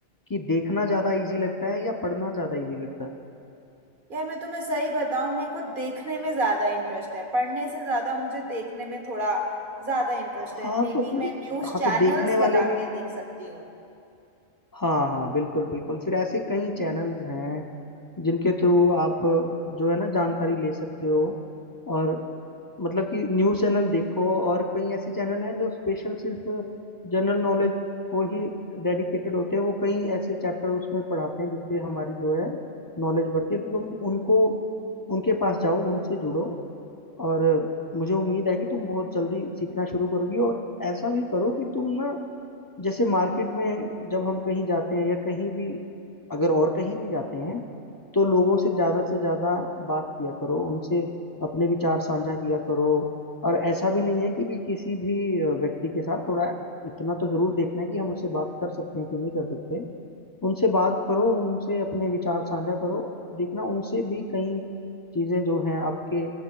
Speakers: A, on the left (about 30°); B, on the right (about 40°).
A: कि देखना ज्यादा इजी लगता है या पढ़ना ज्यादा इजी लगता है
B: यार मैं तुम्हें सही बताऊँ मेरे को देखने में ज़्यादा इंटरेस्ट है पढ़ने से ज़्यादा मुझे देखने में थोड़ा ज़्यादा इंटरेस्ट
A: हाँ
B: है मे
A: तो
B: बी
A: फिर
B: मैं न्यूज़
A: हाँ
B: चैनल्स
A: तो देखने
B: लगा
A: वाले भी
B: के देख सकती हूँ
A: हाँ हाँ बिल्कुल बिल्कुल फिर ऐसे कई चैनल्स हैं जिनके थ्रू आप जो है ना जानकारी ले सकते हो और मतलब कि न्यूज़ चैनल देखो और कई ऐसे चैनल हैं जो स्पेशल सिर्फ जनरल नॉलेज को ही डेडिकेटेड होते हैं वो कई ऐसे चैप्टर उसमें पढ़ाते हैं जिससे हमारी जो है नॉलेज बढ़ती है तो तुम उनको उनके पास जाओ उनसे जुड़ो और मुझे उम्मीद है कि तुम बहुत जल्दी सीखना शुरू करोगी और ऐसा भी करो कि तुम ना जैसे मार्केट में जब हम कहीं जाते हैं या कहीं भी अगर और कहीं भी जाते हैं तो लोगों से ज़्यादा से ज़्यादा बात किया करो उनसे अपने विचार साझा किया करो और ऐसा भी नहीं है कि भी किसी भी अ, व्यक्ति के साथ थोड़ा इतना तो ज़रूर देखना है कि हम उससे बात कर सकते हैं कि नहीं कर सकते उनसे बात करो उनसे अपने विचार साझा करो देखना उनसे भी कई चीजें जो हैं आपके